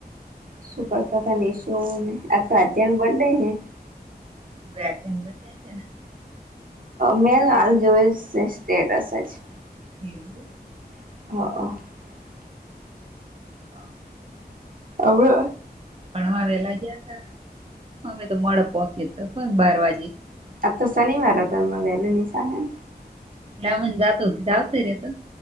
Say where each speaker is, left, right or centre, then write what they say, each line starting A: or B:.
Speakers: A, on the right; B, on the right.
A: શું કરતા હતા નેશોને આ તો અત્યાર બર્ડે હે
B: વ્યા છેને બધ છે
A: મે હાલ જોઈ સ્ટેટસ જ
B: એવ
A: <inaudible>
B: હ
A: હવે
B: ભણવા વેલા ગયા ત અમે તો મોડે પોકયો તો બાર વાગે
A: આ તો શનિવાર હતા વહેલી નિશાળ
B: મને જત હોતી ધાવત ર તો